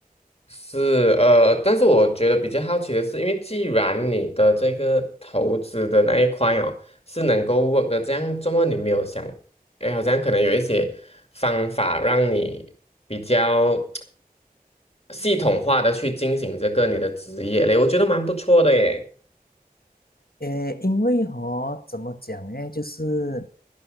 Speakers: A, on the left; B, on the left.
A: 是，呃，但是我觉得比较好奇的是，因为既然你的这个投资的那一块哦是能够 work 的，这样怎么你没有想，哎，好像可能有一些方法让你比较系统化的去进行这个你的职业嘞，我觉得蛮不错的耶。
B: 呃，因为哦，怎么讲呢？就是